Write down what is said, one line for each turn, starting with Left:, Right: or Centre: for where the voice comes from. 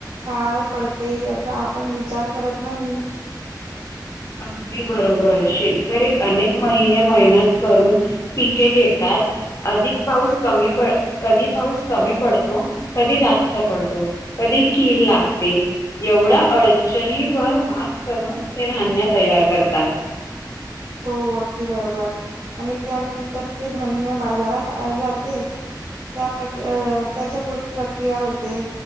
Right: पार पडते याचा आपण विचार करत नाही.
Left: अगदी बरोबर, शेतकरी अनेक महिने मेहनत करून पिके घेतात अधिक पाऊस कमी पड कधी पाऊस कमी पडतो, कधी जास्त पडतो, कधी कीड लागते एवढ्या अडचणी वर मात करून ते धान्य तयार करतात.
Right: हो, अगदी बरोबर. आणि त्यानंतर ते धान्य बाजारात जाते त्या त्याच्या प्रक्रिया होते